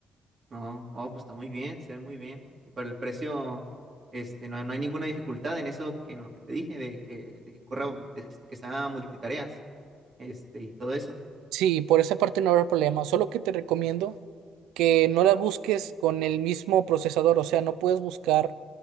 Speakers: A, on the right; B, on the right.
A: No, oh, pues está muy bien, se ve muy bien. Y para el precio, este, no, no hay ninguna dificultad en eso, que en lo que te dije, de que, de que corra, este, que sea multitareas, este, y todo eso.
B: Sí, por esa parte no habrá problema, solo que te recomiendo que no la busques con el mismo procesador, o sea, no puedes buscar